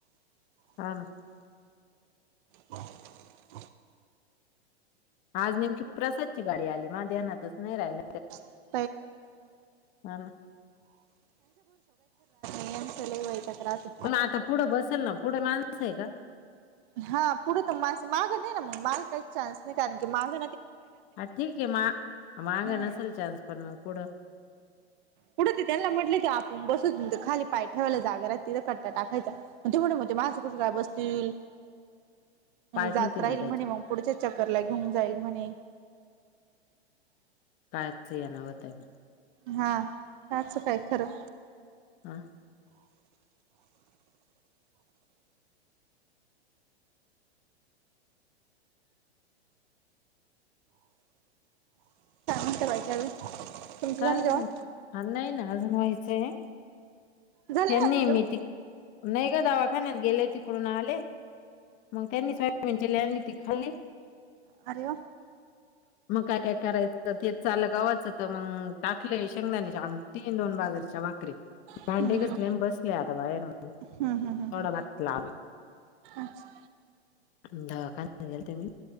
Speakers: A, on the left; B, on the right.
A: हा ना.
B: बर <inaudible>
A: आज नेमकी प्रसादची गाडी आली माज्या ध्यानातच नही राहिल.
B: <unintelligible>
A: हा ना
B: यांचं लै वैताग राहतो.
A: मग आता पुढं बसलं ना पुढं माणस आहे का.
B: हा पुढे तर माणस मागं नाही ना मग मागा काहीच चान्स नाही कारण की माग
A: हा ठीक आहे, मा मागं
B: हा
A: नसेल चान्स पण मग पुढं
B: पुढे ते त्यांना म्हटले की, आपण बसत खाली पाय ठेवायला जागा तिथं कट्टा टाकायचा ते म्हण ते माणसं कशी काय बसतील.
A: <inaudible>
B: जात
A: ठेवतील
B: राहील
A: ना त्याच्यात
B: म्हणे मग पुढच्या चक्करला घेऊन जाईल म्हणे.
A: काहच येणं होत मग
B: हा काच काय खरं.
A: हा.
B: <unintelligible>
A: काय
B: जेवण
A: नाही नाही ना अजून व्हायचंय हाय.
B: झालं
A: यांनी
B: ना अजून
A: मी
B: जेवण?
A: त नाही ग दवाखान्यात गेले तिकडून आले. मग त्यांनी सोयाबीन चिल्ली आणली ती खाल्ली.
B: अरे वा
A: मग काय काय करायचं तेच. चालं गव्हाचं तर मग टाकले शेंगदाण्याची आमटी दोन बाजरीच्या भाकरी भांडे
B: हम्म हम्म
A: घसले बसले आता बाहेर मग
B: हम्म हम्म
A: थोडा
B: हम्म
A: बातला
B: अच्छा
A: <unintelligible> दवाखान्यात गेलेते मी.